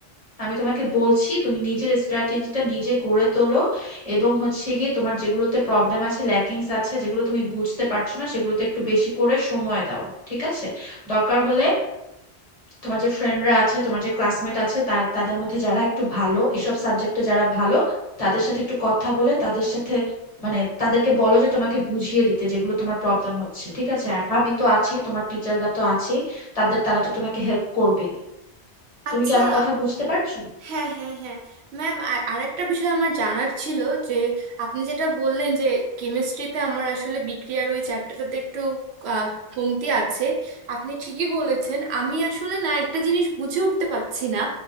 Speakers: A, on the left; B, on the right.
A: আমি তোমাকে বলছি তুমি নিজের স্ট্র্যাটেজিটা নিজে গড়ে তোলো এবং হচ্ছে গিয়ে তোমার যেগুলোতে প্রবলেম আছে ল্যাকিংস আছে যেগুলো তুমি বুঝতে পারছো না সেগুলোতে একটু বেশি করে সময় দাও ঠিক আছে দরকার হলে তোমার যে ফ্রেন্ডরা আছে তোমার যে ক্লাসমেট আছে তা- তাদের মধ্যে যারা একটু ভালো এসব সাবজেক্টে যারা ভালো তাদের সাথে একটু কথা বলে তাদের সাথে মানে তাদেরকে বলো যে তোমাকে বুঝিয়ে দিতে যেগুলো তোমার প্রবলেম হচ্ছে ঠিক আছে আর আমি তো আছি তোমার টিচাররা তো আছেই তাদের তারা তো তোমাকে হেল্প করবেই তুমি
B: আচ্ছা
A: কি আমার কথা বুঝতে পারছো
B: হ্যাঁ হ্যাঁ হ্যাঁ ম্যাম আর আরেকটা বিষয় আমার জানার ছিল যে আপনি যেটা বললেন যে কেমিস্ট্রিতে আমার আসলে বিক্রিয়ার ওই চ্যাপ্টারটাতে একটু আহ, কমতি আছে আপনি ঠিকই বলেছেন আমি আসলে না একটা জিনিস বুঝে উঠতে পারছি না